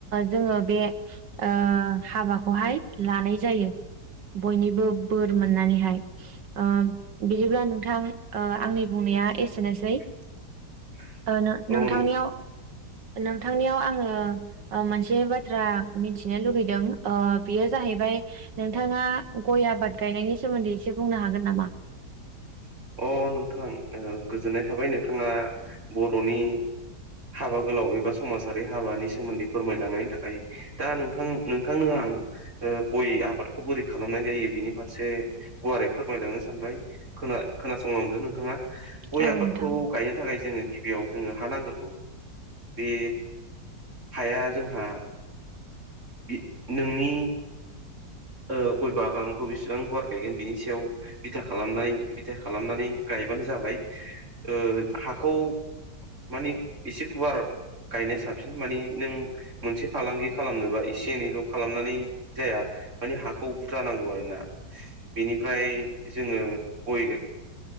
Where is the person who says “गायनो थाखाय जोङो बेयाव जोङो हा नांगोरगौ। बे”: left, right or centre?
Right